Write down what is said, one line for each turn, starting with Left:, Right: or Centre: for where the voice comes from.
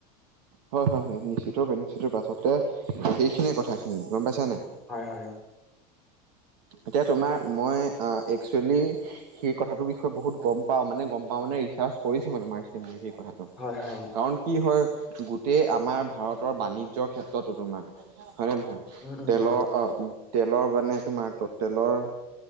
Right: হয় হয় হয় নিশ্চিত ৰূপে নিশ্চিত ৰূপে আচলতে সেইখিনিয়ে কথাখিনি, গম পাইছা নাই?
Centre: হয় হয়।
Right: এতিয়া তোমাৰ মই একচুৱেলি- সেই কথাটোৰ বিষয়ে বহুত গম পাওঁ মানে গম পাওঁ মানে ৰিচাৰ্চ কৰিছো মানে মাৰ্চ সেই কথা-
Centre: হয় হয়, অ।
Right: কাৰণ, কি হয় গোটেই আমাৰ ভাৰতৰ বাণিজ্যয়ৰ ক্ষেত্ৰতো তোমাৰ হয় নে নহয়।
Centre: উম উম
Right: তেলৰ
Centre: হয়
Right: অ তেলৰ মানে তোমাৰ ত তেলৰ-